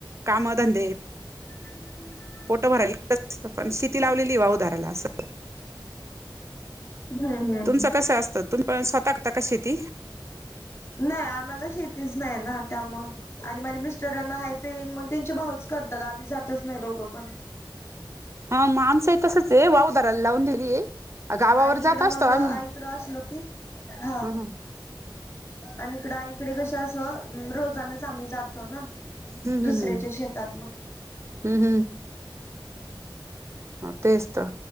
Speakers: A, on the right (about 35°); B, on the left (about 35°).
A: कामं-धंदे
B: <inaudible>
A: पोटं भरायला पण शेती लावलेलीये वाऊदाराला असं
B: हं-हं
A: तुमचं कसं असत? तुम् पण स्वतः कता का शेती.
B: नाय आम्हाला शेतीच नाय ना त्यामुं आणि माझ्या मिस्टरांना हाय ते मग त्यांचे भाऊच करतात, आम्ही जातच नाही दोघं पण.
A: हा म आमचंई तसंचे वाऊ दराला लावून दिली अं गावावर
B: आणि इकडं
A: जात असतो
B: मग आईकडं
A: आम्ही
B: असलो की हा
A: ह-ह
B: आणि इकड आईकडे कशी असं अ रोजानंच आम्ही जात् -तोनं
A: हम्
B: दुसऱ्याच्या
A: हम् हम्
B: शेतात मंग <inaudible>
A: हम्म हो तेच त